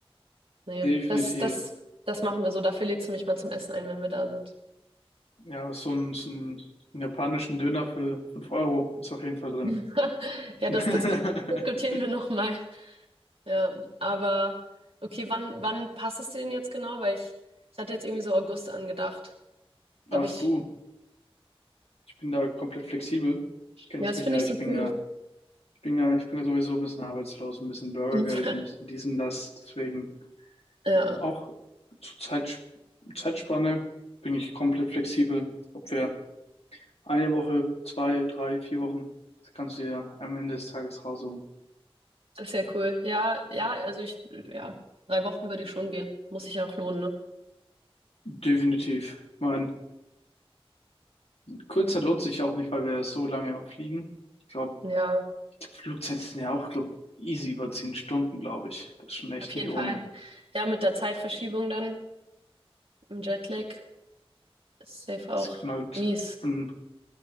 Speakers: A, on the right; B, on the left.
A: Nee,
B: Definitiv.
A: das, das, das machen wir so. Dafür lädst du mich mal zum Essen ein, wenn wir da sind.
B: Ja, so ein, so ein japanischen Döner für 5 Euro ist auf jeden Fall drin.
A: <laughs> Ja,
B: <laughs>
A: das, das diskutieren wir nochmal. Ja, aber okay, wann, wann passt es dir denn jetzt genau? Weil ich, ich hatte jetzt irgendwie so August angedacht. Da
B: Ach
A: Hab ich,
B: du, ich bin da komplett flexibel. Kennst
A: ja, das
B: mich
A: finde
B: ja,
A: ich
B: ich
A: so
B: bin
A: cool.
B: ja, ich bin ja, ich bin ja sowieso ein bisschen arbeitslos, ein bisschen Bürgergeld,
A: <laughs>
B: ein bisschen dies und das. Deswegen
A: Ja,
B: auch zur Zeit, Zeitspanne bin ich komplett flexibel, ob wir Eine Woche, zwei, drei, vier Wochen, das kannst du dir am Ende des Tages raussuchen.
A: das ist ja cool. Ja, ja, also ich, ja, drei Wochen würde ich schon gehen. Muss sich ja auch lohnen, ne?
B: Definitiv. Ich meine, Kurzzeit lohnt sich auch nicht, weil wir so lange auch fliegen. Ich glaube,
A: Ja,
B: Flugzeiten sind ja auch, glaub, easy über zehn Stunden, glaube ich. Das ist schon echt
A: auf jeden
B: nicht ohne.
A: Fall. Ja, mit der Zeitverschiebung dann im Jetlag ist safe auch
B: Es knallt
A: mies.
B: schon,